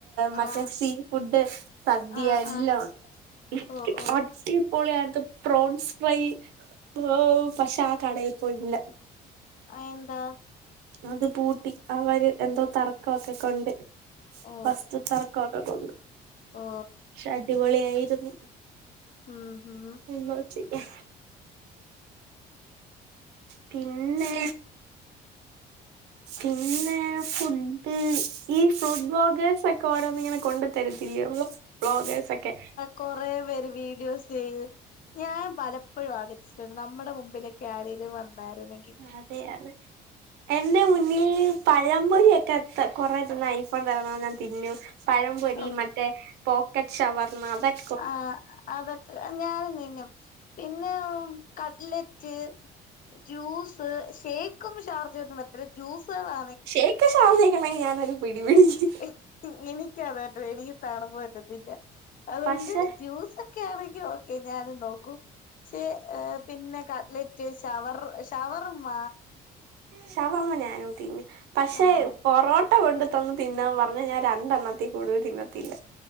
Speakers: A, on the right; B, on the left.
A: മറ്റേ
B: ആഹ്
A: എഹ് സീ ഫുഡ് സദ്യ
B: ആഹ്
A: എല്ലോംണ്ട്
B: ആഹ് ഓ
A: ഇക്ക്
B: ഓ
A: അ ഇപ്പോൾ ഏൻത്തെ പ്രോൺസ് ഫ്രൈ പ്രൊ പഷെ ആ കടയിൽ പോയിട്ല്ല
B: അഎന്താ
A: അത് പൂട്ടി അവര് എന്തോ തർക്കൊക്കെ കൊണ്ട്
B: ഓ
A: വസ്തു തർക്കൊക്കെ കൊണ്ട്
B: ഓ
A: ക്ഷെ അടിപൊളിയായിര്ന്നു
B: ഉം ഉം
A: എന്താ ചെയ്യാ പിന്നെ
B: <inaudible>
A: പിന്നെ ഫുഡ് ഈ ഫ്രൂഡ് ബോഗേഴ്സ് ഒക്കോരോന്ന് ങ്ങനെ കൊണ്ട് തരത്തില്ലെന്ന് ബ്ലോഗേഴ്സ് ക്കെ
B: കൊറെ പേര് വീഡിയോസ് ചെയ്ന്ന് ഞാൻ പല എപ്പഴും ആഗ്രഹച്ചിട്ണ്ട് നമ്മടെ മുമ്പിലക്കെ ആരെലും വന്നാര്ന്നെ
A: അതെ അതെ എന്റെ മുന്നിൽ പഴംപൊരി ഒക്കെ കൊറെ തന്ന ഐഫോൺ തരന്നെന്ന് ഞാൻ തിന്നും പഴംപൊരി
B: ഓഹ്
A: മറ്റേ പോക്കറ്റ് ഷവർമ അതക്
B: ആഹ് അതൊക്കെ ഞാനും നിന്നും പിന്നെ കട്ട്ല റ്റ് ജൂസ് ഷേക്കും ഷാർജന്നും അത്ര ജ്യൂസേളാ
A: ഷേക്ക് <unintelligible> ഞാനത് പിടി പിടിക്കു
B: <unintelligible> എനിക്കത് പറ്റത് എനിക്ക് കാണമ്പൊ പറ്റത്തില്ല അതുകൊണ്ട്
A: പക്ഷെ
B: ജ്യൂസക് ക്കെ ആണെങ്കി ഓക്കെ ഞാനും നോക്കും ക്ഷെ ഏഹ് പിന്നെ കട്ലറ്റ് ഷവർ ഷവർമ്മ
A: ശവർമ്മ ഞാനും തിന്നു പക്ഷെ
B: ആഹ്
A: പൊറോ ട്ട കൊണ്ട്ത്തന്ന് തിന്നാൻ പറഞ്ഞ ഞാൻ രണ്ടെണ്ണത്തി കൂടുതൽ തിന്നത്തില്ല